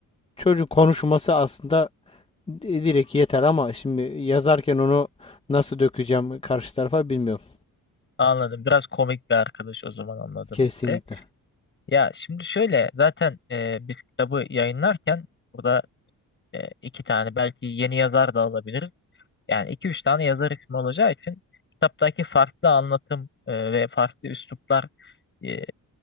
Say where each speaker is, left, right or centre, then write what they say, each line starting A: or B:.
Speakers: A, on the left (about 15°); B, on the left (about 35°).
A: çocuğun konuşması aslında Di- Direkt yeter ama şimdi yazarken onu nasıl dökeceğim karşı tarafa bilmiyorum.
B: Anladım. Biraz komik bir arkadaş o zaman anladığıma
A: Kesinlikle.
B: göre. Ya şimdi şöyle zaten e, biz kitabı yayınlarken burada e, iki tane belki yeni yazar da alabiliriz. Yani iki üç tane yazar ismi olacağı için kitaptaki farklı anlatım e, ve farklı üsluplar e,